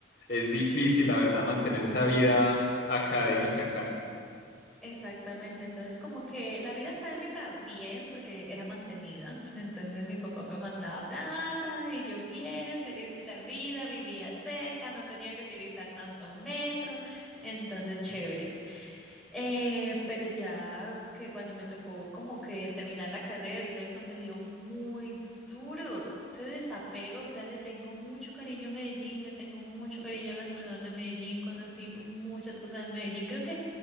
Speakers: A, on the left; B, in the centre.
A: es difícil la verdad mantener esa vida académica acá.
B: Exactamente, entonces como que la vida académica bien porque era mantenida, <laughs> entonces mi papá me mandaba plata y yo bien, feliz de la vida, vivía cerca, no tenía que utilizar tanto metro, entonces chévere. Eh, pero ya que cuando me tocó como que terminar la carrera y todo eso me dio muy duro ese desapego, o sea, le tengo mucho cariño a Medellín, le tengo mucho cariño a las personas de Medellín, conocí muchas cosas en Medellín, creo que